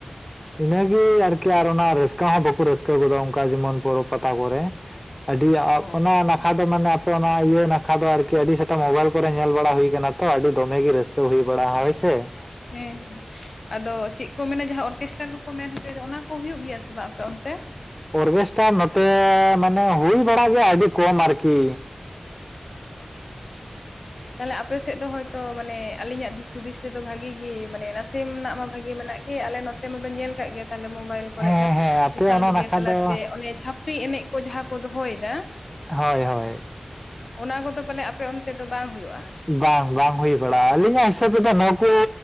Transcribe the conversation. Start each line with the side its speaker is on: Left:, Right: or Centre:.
Centre: ᱤᱱᱟᱹ ᱜᱮ ᱟᱨᱠᱤ ᱟᱨ ᱚᱱᱟ ᱨᱟᱹᱥᱠᱟᱹ ᱦᱚᱸ ᱵᱟᱠᱚ ᱨᱟᱹᱥᱠᱟᱹ ᱜᱚᱫᱚᱜ ᱚᱱᱠᱟ ᱡᱮᱢᱚᱱ ᱯᱚᱨᱚᱵᱽ ᱯᱟᱛᱟ ᱠᱚᱨᱮ ᱟᱹᱰᱤ
Left: ᱚ
Centre: ᱚᱱᱟ ᱱᱟᱠᱷᱟ ᱫᱚ ᱢᱟᱱᱮ ᱚᱱᱟ ᱤᱭᱟᱹ ᱱᱟᱠᱷᱟ ᱫᱚ ᱟᱨᱠᱤ ᱟᱹᱰᱤ ᱥᱮᱴᱟ ᱢᱳᱵᱟᱭᱤᱞ ᱠᱚᱨᱮ ᱧᱮᱞ ᱵᱟᱲᱟ ᱦᱩᱭ ᱟᱠᱟᱱᱟ ᱛᱚ ᱟᱹᱰᱤ ᱫᱚᱢᱮ ᱜᱮ ᱨᱟᱹᱥᱠᱟᱹ ᱦᱩᱭ ᱵᱟᱲᱟᱜᱼᱟ ᱦᱳᱭ ᱥᱮ
Left: ᱦᱮᱸ ᱟᱫᱚ ᱪᱮᱫ ᱠᱚ ᱢᱮᱱᱟ ᱡᱟᱦᱟ ᱚᱨᱠᱮᱥᱴᱟᱨ ᱠᱚᱠᱚ ᱢᱮᱱ ᱦᱚᱪᱚᱭᱟ ᱚᱱᱟ ᱠᱚ ᱦᱩᱭᱩᱜ ᱜᱮᱭᱟ ᱥᱮ ᱵᱟᱝ ᱟᱯᱮ ᱚᱱᱛᱮ
Centre: ᱚᱨᱜᱮᱥᱴᱟᱨ ᱱᱚᱛᱮ ᱢᱟᱱᱮ ᱦᱩᱭ ᱵᱟᱲᱟᱜ ᱜᱮᱭᱟ ᱟᱹᱰᱤ ᱠᱚᱢ ᱟᱨᱠᱤ
Left: ᱛᱟᱦᱚᱞᱮ ᱟᱯᱮ ᱥᱮᱫ ᱫᱚ ᱦᱳᱭ ᱛᱳ ᱢᱟᱱᱮ ᱟᱹᱞᱤᱧᱟᱜ ᱫᱤᱥ ᱦᱩᱫᱤᱥ ᱛᱮᱫᱚ ᱵᱷᱟᱜᱤ ᱜᱮ ᱢᱟᱱᱮ ᱥᱤᱢ ᱨᱮᱱᱟᱜ ᱢᱟ ᱵᱷᱟᱜᱤ ᱢᱮᱱᱟᱜ ᱜᱮ ᱟᱞᱮ ᱱᱚᱛᱮ ᱢᱟᱵᱮᱱ ᱧᱮᱞ ᱟᱠᱟᱜ ᱜᱮᱭᱟ ᱛᱟᱦᱚᱞᱮ ᱢᱳᱵᱟᱭᱤᱞ ᱠᱚ
Centre: ᱦᱮᱸ
Left: ᱨᱮ ᱡᱟᱦᱟ
Centre: ᱦᱮᱸ ᱟᱯᱮ
Left: ᱥᱳᱥᱟᱞ
Centre: ᱚᱱᱟ
Left: ᱢᱤᱰᱤᱭᱟ
Centre: ᱱᱟᱠᱷᱟ
Left: ᱛᱟᱞᱟ
Centre: ᱫᱚ
Left: ᱛᱮ ᱚᱱᱮ ᱪᱷᱟᱯᱲᱤ ᱮᱱᱮᱡ ᱠᱚ ᱡᱟᱦᱟ ᱠᱚ ᱫᱚᱦᱚᱭᱮᱫᱟ
Centre: ᱦᱳᱭ ᱦᱳᱭ
Left: ᱚᱱᱟ ᱠᱚᱫᱚ ᱯᱟᱞᱮᱜ ᱟᱯᱮ ᱚᱱᱛᱮ ᱫᱚ ᱵᱟᱝ ᱦᱩᱭᱩᱜ-ᱟ
Centre: ᱵᱟᱝ ᱵᱟᱝ ᱦᱩᱭ ᱵᱟᱲᱟᱜ-ᱟ ᱟᱹᱞᱤᱧᱟᱜ ᱦᱤᱥᱟᱹᱵᱽ ᱛᱮᱫᱚ ᱱᱩᱠᱩ